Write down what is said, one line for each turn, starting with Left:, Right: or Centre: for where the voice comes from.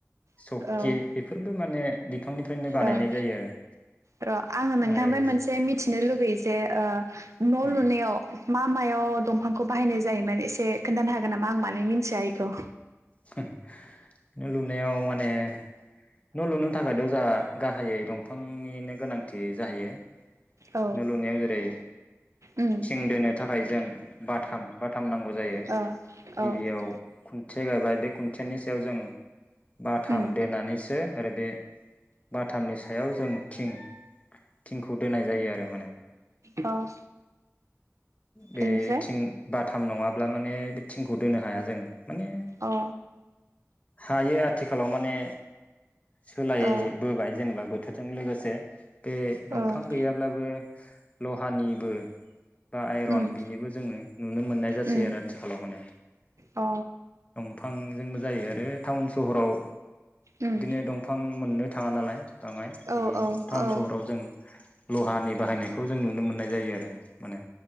Right: औ
Left: सकि बेफोरबो माने बिफांनिफ्रायनो बानायनाय
Right: ओं
Left: जायो आरो
Right: र' आङो नोंथांनिफ्राय
Left: आरो
Right: मोनसे मिथिनो लुगैयो जे आ न
Left: औ
Right: लुनायाव मा मायाव दंफांखौ बाहायनाय जायोमोन एसे खोन्थानो हागोन नामा आं माने मिन्थिया एखौ
Left: <unintelligible> न' लुनायाव माने न' लुनो थाखायथ' जोंहा गाहायै दंफांनिनो गोनां थि जाहैयो
Right: औ
Left: न' लुनायाव जेरै
Right: उम
Left: थिं दोनो थाखाय जों बाटाम थाम नांगौ जायो
Right: ओ
Left: गिबियाव
Right: औ उम
Left: खुन्थिया गायबाय बे खुन्थियानि सायाव जों बाथाम
Right: उम
Left: दोनानैसो आरो बे बाथामनिसो सायाव जों थिं थिंखौ दोननाय जायो आरो माने
Right: औ
Left: बे
Right: बेनिफ्राय
Left: थिं बा थाम नङाब्ला माने बे थिंखौ दोनो हाया जों माने
Right: औ
Left: हायो आथिखालाव माने सोलायबोबाय
Right: ओ
Left: जेनेबा थोरजों लोगोसे बे
Right: ओ
Left: दंफां गैयाब्लाबो लहानिबो बा आइरन
Right: उम
Left: बिनिबो जोङो नुनो मोननाय जासै
Right: उम
Left: आरो आथिखालाव माने
Right: अ
Left: उम बिफांजोंबो जायो आरो टाउन सहराव
Right: उम
Left: बिदिनो दंफां मोननो थाङा नालाय बाङाय
Right: औ
Left: बे
Right: औ
Left: टाउन
Right: औ
Left: सहराव जों लहानि बाहायनायखौ बेखौ जों नुनो मोननाय जायो आरो माने